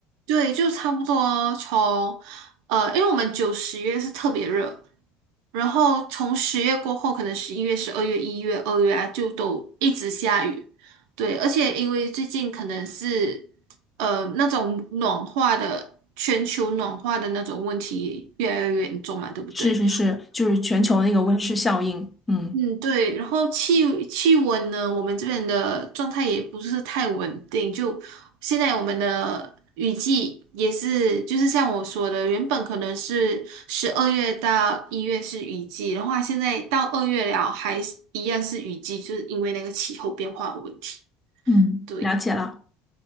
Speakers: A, on the right; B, on the left.
A: 对，就差不多从呃，因为我们九十月是特别热，然后从十月过后，可能十一月、十二月、一月、二月啊，就都一直下雨。对，而且因为最近可能是呃那种暖化的全球暖化的那种问题越来越严重嘛，对不对？
B: 是是是，就是全球那个温室效应。嗯
A: 嗯，对，然后气气温呢，我们这边的状态也不是太稳定。就现在我们的雨季也是，就是像我说的，原本可能是十二月到一月是雨季的话，现在到二月了还是一样是雨季，就是因为那个气候变化的问题。
B: 嗯，
A: 对，
B: 了解了。